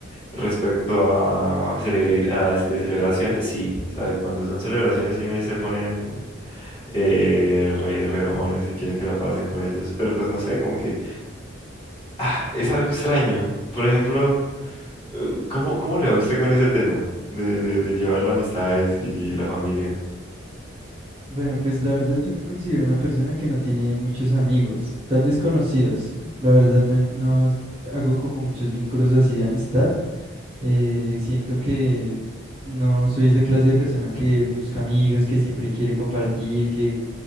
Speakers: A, on the left; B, on the right.
A: Respecto a, celebri- a este, celebraciones, sí, ¿sabe? Cuando son celebraciones sí me se ponen eh, re, re enojones y quieren que la pasen con ellos, pero pues no sé, como que ah, es algo extraño. Por ejemplo, eh, ¿cómo, cómo le va a usted con ese tema de, de, de llevar las amistades y la familia?
B: Bueno, pues la verdad yo me considero una persona que no tiene muchos amigos, tal vez conocidos. La verdad no, no hago como muchos vínculos así de amistad. Eh, siento que no soy esa clase de persona que busca amigos, que siempre quiere compartir, que,